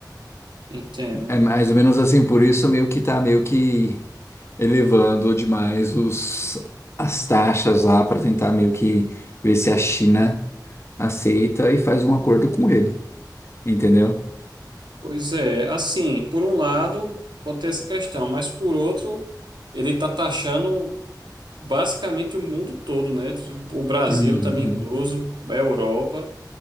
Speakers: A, on the right; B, on the left.
A: entendo.
B: É mais ou menos assim, por isso meio que tá meio que elevando demais os, as taxas lá para tentar meio que ver se a China aceita e faz um acordo com ele, entendeu?
A: Pois é, assim, por um lado, pode ter essa questão, mas por outro, ele está taxando. basicamente o mundo todo, né? O Brasil
B: Uhum,
A: também incluso, a Europa.